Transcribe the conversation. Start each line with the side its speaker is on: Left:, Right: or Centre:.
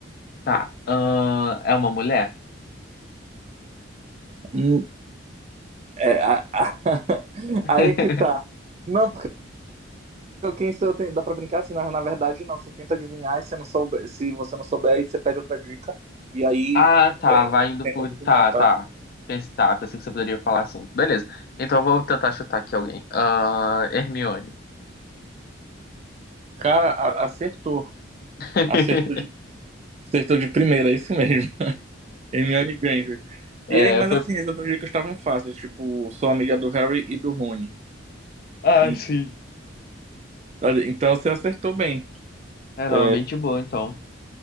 Left: Tá. Ah, é uma mulher?
Right: Hum, é, a- a- <laughs> aí
Left: <laughs>
Right: é que tá. Não, quem sou eu tem- dá pra brincar assim, na, na verdade não, você tenta adivinhar e se não souber, se você não souber, aí você pede outra dica e aí
Left: Ah, tá.
Right: é,
Left: Vai indo
Right: tenta
Left: por.
Right: adivinhar,
Left: Tá,
Right: tá?
Left: tá. Pense, tá. Pensei que você poderia falar assim. Beleza. Então, eu vou tentar chutar aqui alguém. Ah, Hermione.
Right: Cara, a- acertou.
Left: <laughs>
Right: Acertou de, acertou de primeira, é isso mesmo. <laughs> Hermione Granger.
Left: É,
Right: E aí, mas
Left: foi.
Right: assim, as outras dicas estavam fáceis, tipo, sou amiga do Harry e do Rony.
Left: Ah,
Right: Então,
Left: sim.
Right: olha, então você acertou bem.
Left: É, não,
Right: É,
Left: é bem de boa, então.